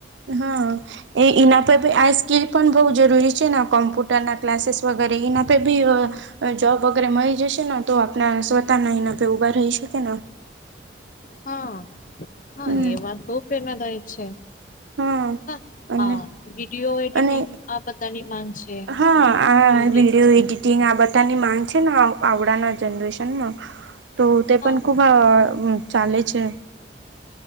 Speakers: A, on the right; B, on the left.
A: હા. એ એના પરે બી આ સ્કિલ પણ બહુ જરૂરી છે ને કોમ્પ્યુટરના ક્લાસીસ વગેરે એના પર બી અ જોબ વગેરે મળી જશે ને તો આપણા સ્વતાનાનાે ઉભા રહી શકે ન.
B: હા હા
A: હમ
B: એ વાત તો પેલા થાયક છે.
A: હા
B: હા
A: અને
B: વિડીિયો એડિટિંગ
A: અને
B: આ બધાની માંગ છે.
A: હા આ
B: ઇન્ટેલિજન્સ
A: વિડીયો એડીિટીિંગ આબત તની ગ છે ને આવડાના જનરેશનમાં તો તે
B: હા
A: પણ ખૂબ ચાલે છે.